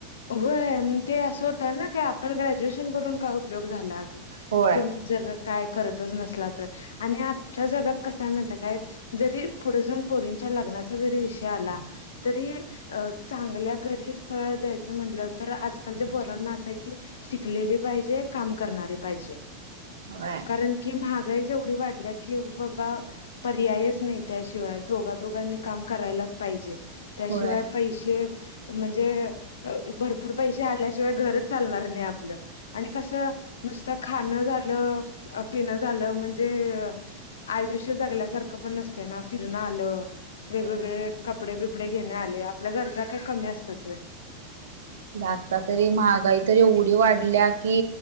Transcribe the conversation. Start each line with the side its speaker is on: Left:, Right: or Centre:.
Left: होय ते असं होत ना काय? आपण ग्रॅज्युएशन करून काय उपयोग झाला.
Right: होय.
Left: तुम् जर काय करतच नसला तर. आणि आजच्या जगात कसाय माहिताय काय जरी पुढ जाऊन पोरींच्या लग्नाचा जरी विषय आला. तरी अ चांगल्या घरी स्थळ द्या असं म्हटलं तर आजकालच्या पोरांना असं आहे की शिकलेली पाहिजे. काम करणारी पाहिजे.
Right: होय.
Left: कारण की महागाईच एवढी वाढल्या की बाबा पर्यायच नाही. त्याशिवाय दोघा -दोघांनी काम करायलाच पाहिजे. त्याशिवाय
Right: होय.
Left: पैशे म्हणजे भरपूर पैशे आल्याशिवाय घरच चालणार नाही आपलं. आणि कसं नुसतं खाणं झालं, पिणं झालं म्हणजे आयुष्य जगल्यासारखं पण नसतय ना? फिरन आलं वेगवेगळे
Right: होय.
Left: कपडे बिपडे घेणे आले. आपल्या गरजा काय कमी असत्यात होय?
Right: ल आता तरी महागाई तर एवढी वाढल्या की